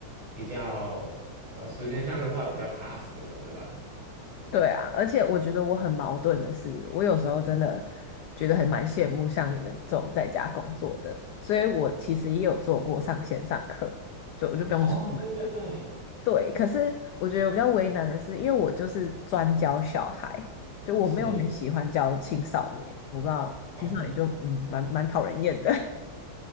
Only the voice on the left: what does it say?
对啊，而且我觉得我很矛盾的是，我有时候真的觉得很蛮羡慕像你们这种在家工作的，
所以我其实也有做过上线上课，就我就不用出门。
对，可是我觉得我比较为难的是，因为我就是专教小孩，就我没有很喜欢教青少年，
我不知道青少年就嗯蛮蛮讨人厌的，